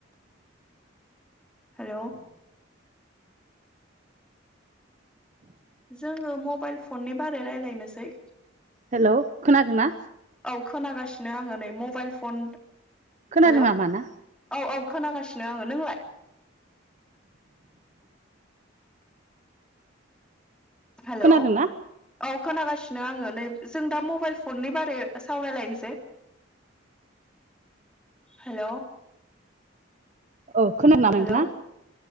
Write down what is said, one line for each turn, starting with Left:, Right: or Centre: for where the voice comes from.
Centre: हेलौ! जोङो मबाइल फननि बारै रायलायनोसै?
Right: हेलौ! खोनादोंना?
Centre: औ खोनागासिनो आङो नै मबाइल फन।
Right: खोनादोंना
Centre: हेलौ
Right: मा ना?
Centre: औ औ खोनागासिनो आङो। नोंलाय? हेलौ
Right: खोनादोंना?
Centre: औ खोनागासिनो आङो नै जों दा मबाइल फननि बारै सावरायलायनोसै? हेलौ!
Right: औ खोनादों ना नोंथां
Centre: हेलौ